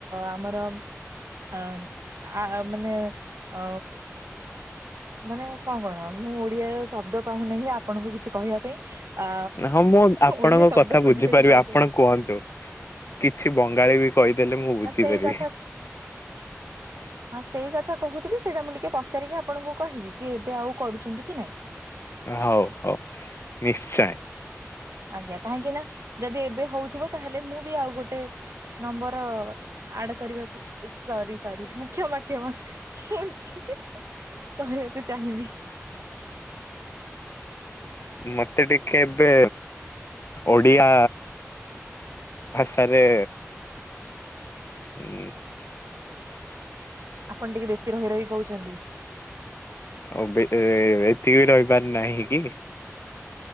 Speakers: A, on the right; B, on the left.
A: ଆମର ଅ ଆ ମାନେ ଅ ମାନେ କଅଣ ମୁଁ ଓଡିଆର ଶବ୍ଦ ପାଉନାହିଁ ଆପଣଙ୍କୁ କିଛି କହିବା ପାଇଁ। ଆ
B: ହଁ ମୁଁ ଆପଣଙ୍କ
A: ଓଡିଆ ଶବ୍ଦ
B: କଥା
A: ଖୋଜି
B: ବୁଝିପାରିବି
A: ଖୋଜି ପାଗଳ
B: ଆପଣ
A: ହେଇଗଲି
B: କୁହନ୍ତୁ କିଛି ବଙ୍ଗାଳୀ ବି କହିଦେଲେ ମୁଁ ବୁଝିପାରିବି।
A: ସେଇ କଥା ହଁ ସେଇ କଥା କହୁଥିଲି ସେଇଟା ମୁଁ ଟିକେ ପଚାରିକି ଆପଣଙ୍କୁ କହିବି କି ଏବେ ଆଉ କରୁଛନ୍ତି କି ନାଇଁ?
B: ହଉ ହଉ ନିଶ୍ଚୟ
A: ଆଜ୍ଞା କାହିଁକିନା ଯଦି ଏବେ ହଉଥିବ ତାହେଲେ ମୁଁ ବି ଆଉ ଗୋଟେ ନମ୍ବର ଆଡ କରିବାକୁ ସରି ସରି କ୍ଷମା କ୍ଷମା। <inaudible> କରିବାକୁ ଚାହିଁବି।
B: ମତେ ଟିକେ ଏବେ ଓଡିଆ ଭାଷାରେ ଉ
A: ଆପଣ ଟିକେ ବେଶୀ ରହି ରହି କହୁ ଛନ୍ତି।
B: ଆଉ ବେଟ୍ ଏତିକି ବି ରହିବାର ନାହିଁ କି।